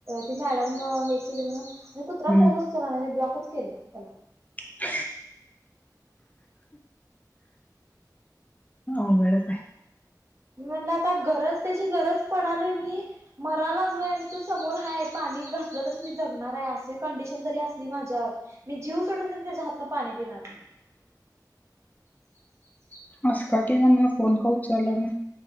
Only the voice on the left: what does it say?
हम्म
<inaudible> हो वेडचं हाय
असं का केला मला फोन का उचलला नायं.